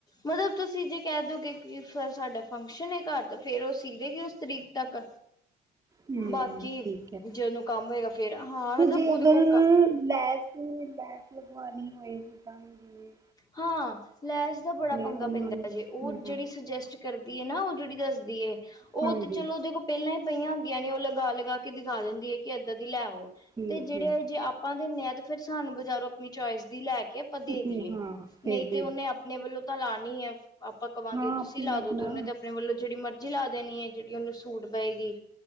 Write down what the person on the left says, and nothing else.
ਮਤਲਬ ਤੁਸੀਂ ਜੇ ਕਹਿ ਦੋਗੇ ਕਿ ਸਰ ਸਾਡਾ ਫੰਕਸ਼ਨ ਹੈ ਘਰ, ਤਾਂ ਫੇਰ ਉਹ ਸੀ ਦੇਗੀ ਉਸ ਤਰੀਕ ਤੱਕ।
ਬਾਕੀ
ਜੇ ਉਹਨੂੰ ਕੰਮ ਹੋਏਗਾ ਫੇਰ ਹਾਂ
ਮਤਲਬ
ਉਹਦੇ
ਕੋਲ
ਹਾਂ, ਲੈਸ ਦਾ ਬੜਾ ਪੰਗਾ
ਪੈਂਦਾ
ਜੇ, ਉਹ ਜਿਹੜੀ
ਸੁਜੈਸਟ- ਕਰਦੀ ਹੈ ਨਾ ਉਹ ਜਿਹੜੀ ਦੱਸਦੀ ਏ, ਉਹ
ਤੇ ਚਲੋ ਉਹਦੇ - ਪਹਿਲਾਂ ਹੀ ਪਈਆਂ ਹੁੰਦੀਆਂ ਨੇ ਉਹ ਲਗਾ ਲਗਾ ਕੇ ਦਿਖਾ ਦਿੰਦੀ ਹੈ। ਕਿ ਇੱਦਾਂ ਦੀ ਲੈ ਆਓ
ਤੇ ਜਿਹੜੇ
ਜੇ ਆਪ- ਆਪਾਂ ਦਿੰਦੇ ਹਾਂ ਤੇ ਫਿਰ ਸਾਨੂੰ ਬਜ਼ਾਰੋਂ ਆਪਣੀ ਚੋਇਸ ਦੀ ਲੈ ਕੇ ਆਪਾਂ ਦੇ
ਦਈਏ।
ਨਹੀਂ
ਤੇ ਉਹਨੇ ਆਪਣੇ ਵੱਲੋਂ ਤਾਂ ਲਾਉਣੀ ਹੈ। ਆਪਾਂ ਕਹਾਂਗੇ
ਤੁਸੀਂ ਲਾ
ਦੋ ਤੇ ਉਹਨੇ ਤੇ ਆਪਣੇ ਵੱਲੋਂ ਜਿਹੜੀ ਮਰਜ਼ੀ ਲਾ ਦੇਣੀ ਹੈ, ਜਿਹੜੀ ਉਹਨੂੰ ਸੂਟ ਪਏਗੀ।